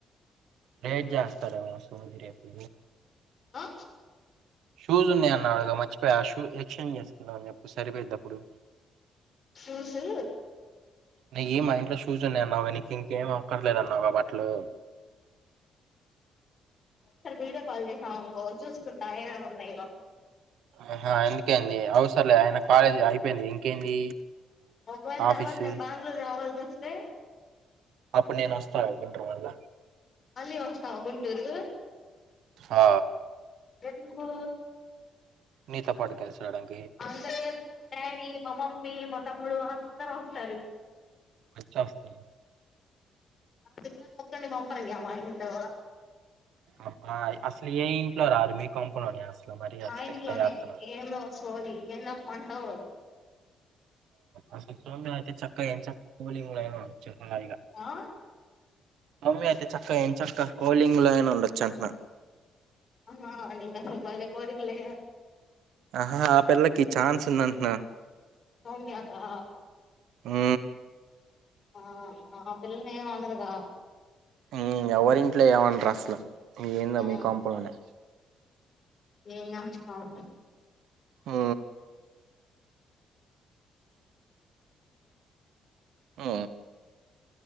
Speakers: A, on the right; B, on the left.
A: రేప్ చేస్తారా ఫోన్ రేపు
B: ఆ
A: షూస్ ఉన్నాయి అన్నకదా మర్చిపోయా ఆ షూ ఎక్స్చేంజ్ చేసుందాం అని చెప్పు సరిపోయిద్ది అప్పుడు
B: షూసు
A: నీయి మా ఇంట్లో షూస్ ఉన్నాయి అన్నావుగా నీకు ఇంకేం అక్కర్లేదు అన్నావుగా బట్లు
B: ఒకసారి వీడియో కాల్ చేసావనుకో చూసుకుంటా ఏమేమి ఉన్నయో
A: ఆహా ఎందుకైంది అవసరలేదు ఆయిన కాలేజీ అయిపోయింది ఇంకేంది
B: ఒకవేళ
A: ఆఫీస్
B: తర్వాత నేను బెంగళూరు రావాల్సి వస్తే
A: అప్పుడు నేనొస్తాలే గుంటూరు మళ్ళ
B: మళ్ళీ వస్తావా గుంటూరు
A: ఆ
B: ఎందుకు
A: నీతో పాటు కలిసి రాడానికి
B: అందురు మా డాడీ మా మమ్మీ మా తమ్ముడు అందరు వస్తారు
A: అచ్చా వస్తారా
B: <unintelligible> ఒక్కర్ని పంపరుగ మా ఇంట్లో
A: అబ్బా అసలు ఏ ఇంట్లో రారు మీ కొంపలోనే అసలు మరీ
B: మా
A: అసలు
B: ఇంట్లోనే
A: ఇట్ట చేత్తరు
B: ఏందో సోది <unintelligible>
A: అసలు సున్నుండలు అయితే చక్కగ ఏం చక్క కో లివింగ్లో అయినా ఉండచ్చు హాయిగా
B: ఆ
A: మమ్మీ అయితే చక్కగా ఏం చక్క కో లివింగ్లో అయినా ఉండచ్చు హాయిగా
B: ఆహ నీకసలు భలే కోరికలే
A: ఆహా ఆ పిల్లకి ఛాన్స్ ఉందంటున్నా
B: సౌమ్యకా
A: ఆ
B: ఆ ఆ పిల్లనేం అనరుగా
A: ఉమ్ ఎవరింట్లో ఏమనరు అసలు ఏందో
B: ఆ
A: మీ కొంపలోనే
B: ఏం చేస్తాం
A: ఆ ఆ